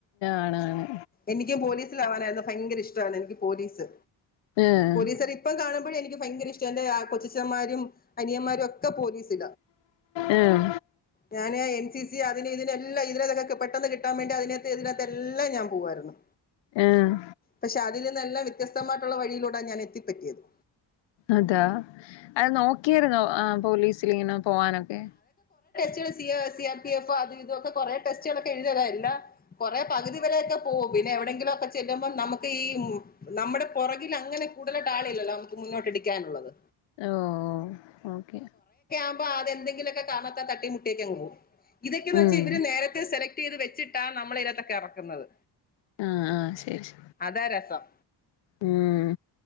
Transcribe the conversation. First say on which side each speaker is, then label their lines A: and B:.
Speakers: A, on the left; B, on the left.
A: ആണാണ്
B: എനിക്ക് പോലീസില് ആവാനായിരുന്നു ഭയങ്കര ഇഷ്ടമാണ് എനിക്ക് പോലീസ്
A: ആഹ്
B: പോലീസർ ഇപ്പം കാണുമ്പോഴ എനിക്ക് ഭയങ്കര ഇഷ്ട എന്റെ കൊച്ചച്ചന്മാരും അനിയമാരൊക്കെ പോലീസ്
A: ആഹ്
B: ഞാന് എൻ സി സി അതിന് ഇതിനെല്ലാം ഇതിനൊക്കെ പെട്ടെന്ന് കിട്ടാൻ വേണ്ടി അതിനകത്ത് ഇതിനകത്ത് എല്ലാം ഞാൻ പോവായിരുന്നു
A: ആഹ്
B: പക്ഷെ അതില്ന്നെല്ലാം വ്യത്യസ്തമായിട്ടുള്ള വഴിയിലൂടാ ഞാൻ എത്തിപ്പറ്റിയത്
A: അതാ അത് നോ ക്കിയിരുന്നോ ആഹ് പോലീസ് ച്ചിലിങ്ങന പോവാനൊക്കെ
B: റ്റ് സി ആഹ് സി ആർ പി എഫ് അത് ഇതൊക്കെ കൊറെ ടെസ്റ്റുകളൊക്കെ എഴുതിയതാ എല്ലാ കൊറെ പകുതി വരെയൊക്കെ പോവും പിന്നെ എവിടെയെങ്കിലും ഒക്കെ ചെല്ലുമ്പം നമുക്ക് ഈ നമ്മുടെ പുറകിലങ്ങനെ കൂടാലായിട്ടാളില്ലല്ലോ നമുക്ക് മുന്നോട്ടിരിക്കാനുള്ളത്
A: ഓഹ് ഓഹ് ഓക്കെ
B: അപ്പൊ ആദ്യ ഏതെങ്കിലൊക്കെ കാരണത്താ തട്ടി മുട്ടിയക്കങ്ങ് പോവും ഇതൊക്കെ വെച്ച്
A: ഉം
B: ഇവര് നേരത്തെ സെലക് റ്റ് ചെയ്ത് വെച്ചിട്ടാ നമ്മളിതിനാത്തൊക്കെ ഇറക്കുന്നത്
A: ആഹ് ആഹ് ശരി ശ
B: അതാ രസം
A: ഉം